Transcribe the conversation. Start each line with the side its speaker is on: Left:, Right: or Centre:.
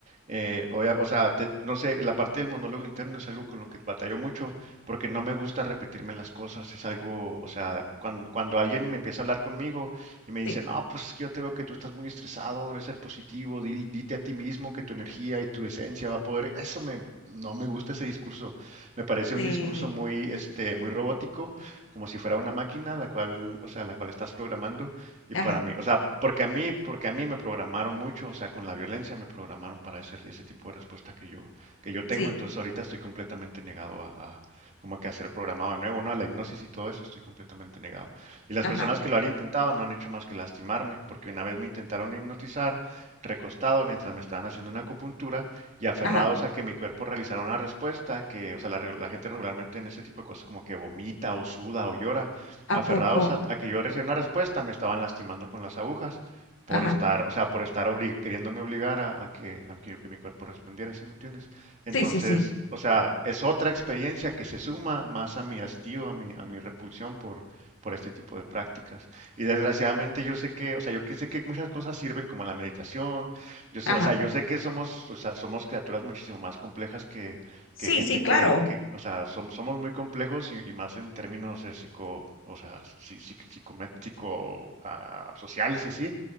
Right: Eh, obvia- o sea, te- no sé, la parte del monólogo interno es algo con lo que batallo mucho porque no me gusta repetirme las cosas, es algo, o sea, cuando, cuando alguien me empieza a hablar conmigo y me dice,
Left: sí,
Right: no, pues es que yo te veo que tú estás muy estresado, debes ser positivo, di- dite a ti mismo que tu energía y tu esencia va a poder, eso me, no me gusta ese discurso, me parece
Left: sí,
Right: un discurso muy, este, muy robótico, como si fuera una máquina, la cual, o sea, la cual estás programando y
Left: ajá,
Right: para mí, o sea, porque a mí, porque a mí me programaron mucho, o sea, con la violencia me programaron para ese, ese tipo de respuesta que yo, que yo tengo.
Left: sí,
Right: Entonces ahorita estoy completamente negado a, a como que a ser programado de nuevo, ¿no? A la hipnosis y todo eso estoy completamente negado. Y las
Left: ajá,
Right: personas que lo han intentado no han hecho más que lastimarme, porque una vez me intentaron hipnotizar, recostado, mientras me estaban haciendo una acupuntura, y aferrados
Left: ajá,
Right: a que mi cuerpo realizara una respuesta que, o sea, la, la gente regularmente en ese tipo de cosas como que vomita o suda o llora aferrados
Left: ¿a poco?
Right: a, a que yo recibiera una respuesta, me estaban lastimando con las agujas por
Left: Ajá,
Right: estar, o sea, por estar obli- queriéndome obligar a, a que, a que- que mi cuerpo respondiera, ¿sí me entiendes? Entonces,
Left: sí, sí, sí,
Right: o sea, es otra experiencia que se suma más a mi hastío, a mi, a mi repulsión por, por este tipo de prácticas. Y desgraciadamente yo sé que, o sea, yo que sé que muchas cosas sirven como la meditación, yo sé,
Left: ajá,
Right: o sea, yo sé que somos, o sea, somos criaturas muchísimo más complejas que,
Left: sí,
Right: que gente
Left: sí, claro,
Right: que, que, o sea, som- somos muy complejos y, y más en términos de psico, o sea, si- si- psicométrico, ah, sociales y así,